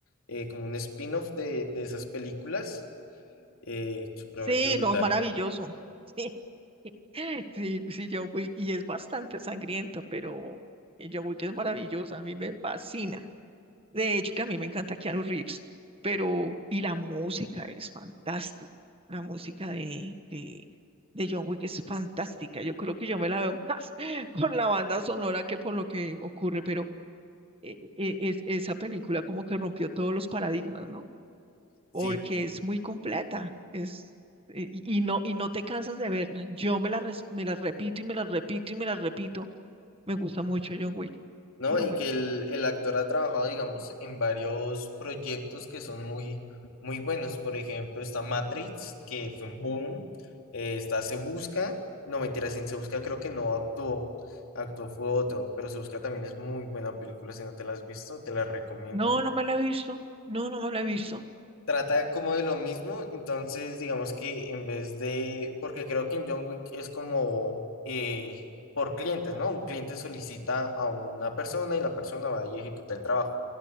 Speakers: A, on the left; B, on the right.
A: eh, como un spin-off de, de esas películas. eh, supremamente
B: Sí,
A: brutal.
B: no, es maravilloso. Sí, <laughs> sí, sí, John Wick, y es bastante sangrienta, pero eh, John Wick es maravillosa, a mí me fascina. De hecho, que a mí me encanta Keanu Reeves, pero, y la música es fantástica, la música de, de, de John Wick es fantástica, yo creo que yo me la veo <laughs> más por la banda sonora que por lo que ocurre, pero eh, eh, es, esa película como que rompió todos los paradigmas, ¿no?
A: Sí,
B: porque es muy completa, es, eh, y, y no, y no te cansas de verla. Yo me la, res- me la repito y me la repito y me la repito. Me gusta mucho John Wick,
A: ¿no?
B: John
A: Y
B: Wick.
A: que el, el actor ha trabajado, digamos, en varios proyectos que son muy, muy buenos. Por ejemplo, está Matrix, que fue un boom. Eh, está Se Busca. No, mentiras, en Se Busca creo que no actuó. Actuó fue otro, pero Se Busca también es muy buena película. Si no te la has visto, te la recomiendo.
B: No, no me la he visto. No, no me la he visto.
A: Trata como de lo mismo, entonces digamos que en vez de, porque creo que en John Wick es como eh, por clientes, ¿no? Un cliente solicita a una persona y la persona va a ejecutar el trabajo.